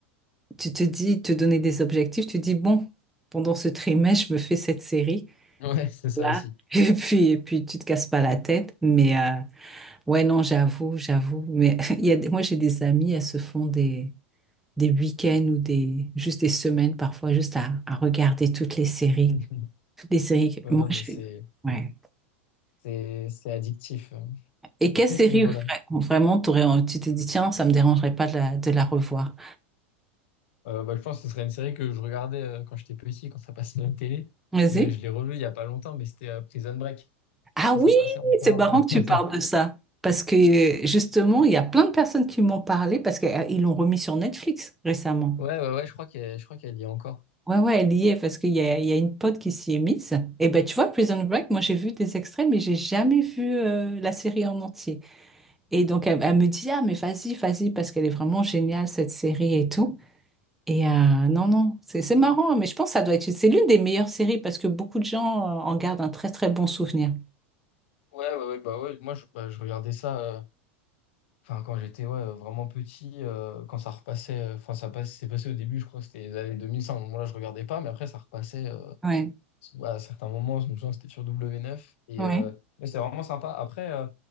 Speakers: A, in the centre; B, on the left.
A: Tu te dis, te donner des objectifs, tu dis, bon, pendant ce trimestre, je me fais cette série.
B: <laughs> Ouais, c'est ça
A: là.
B: aussi.
A: <laughs> Et puis, et puis tu te casses pas la tête. Mais euh, ouais, non, j'avoue, j'avoue. Mais <laughs> il y a, des- moi, j'ai des amis, elles se font des, des week-ends ou des, juste des semaines parfois, juste à, à regarder toutes les séries.
B: <laughs>
A: Toutes les séries. que-
B: Ouais,
A: Moi,
B: non, mais
A: je...
B: c'est
A: ouais.
B: c'est- c'est addictif euh,
A: Et quelle
B: <laughs>
A: série
B: à ce niveau-là.
A: vra- vraiment t'aurais, en- tu t'es dit, tiens, ça me dérangerait pas de la, de la revoir.
B: Euh, bah, je pense que ce serait une série que je regardais euh, quand j'étais petit, quand ça passait à la télé.
A: Vas-y.
B: Mais je l'ai revue il y a pas longtemps, mais c'était euh, Prison Break,
A: Ah
B: quand
A: oui,
B: ça passait encore.
A: c'est marrant
B: euh.
A: que tu
B: <laughs>
A: parles de ça. Parce que euh, justement, il y a plein de personnes qui m'ont parlé parce qu'ils l'ont remis sur Netflix récemment.
B: Ouais, ouais, ouais, je crois qu'elle, je crois qu'elle y est encore.
A: Ouais, ouais, elle y est parce qu'il y a, il y a une pote qui s'y est mise. Et ben, tu vois, Prison Break, moi j'ai vu des extraits, mais j'ai jamais vu euh, la série en entier. Et donc, elle, elle me dit, ah, mais vas-y, vas-y, parce qu'elle est vraiment géniale, cette série et tout. Et euh, non, non, c'est c'est marrant, hein, mais je pense que ça doit être, c'est l'une des meilleures séries parce que beaucoup de gens euh, en gardent un très, très bon souvenir.
B: Ouais, ouais, ouais, bah ouais, moi je, bah, je regardais ça, euh, enfin quand j'étais ouais, vraiment petit, euh, quand ça repassait, euh, enfin ça passe, c'est passé au début, je crois que c'était les années 2005. Moi là je regardais pas, mais après ça repassait. euh,
A: Ouais,
B: bah, à certains moments, je me souviens que c'était sur w neuf Et,
A: ouais,
B: euh, mais c'est vraiment sympa. Après, euh,